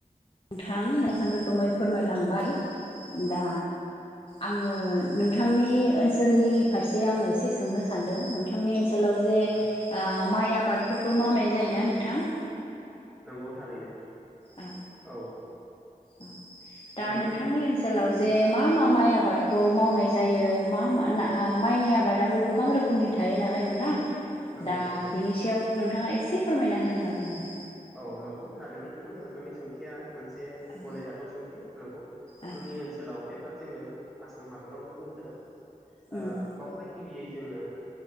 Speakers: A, on the left (about 40°); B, in the centre.
A: नोंथां मोजां रोखोमै फोरमायलांबाय दा आङो नोंथांनि ओनसोलनि फारसे आङो एसे सोंनो सानदों नोंथां। नोंथांनि ओनसोलाव जे
B: नंगौ
A: माइ आबादफोरखौ मावनाय जायोना नोंथां?
B: नंगौ थारैनो।
A: औ
B: औ
A: औ दा
B: नंगौ
A: नोंथांनि
B: नोंथां
A: ओनसोलाव जे
B: औ
A: मा मा माइ आबादखौ मावनाय जायो मा म माइनि आबादाबो गोबां रो खोमनि थायो नालाय नोंथां
B: नंगौ
A: दा
B: नंगौ
A: बेनि सायाव नोंथाङा एसे फोरमायना होनो हागोन नामा?
B: औ नंगौ थारैनो नोंथां नोंथांनि सोंथिया मोनसे
A: औ
B: गनायजाथाव सोंथि नंगौ
A: औ
B: आंनि ओनसोलाव एबा जोङो आसाम हादरावनो बुंजागोन ओ
A: उम
B: बावहाय गिबियै जोङो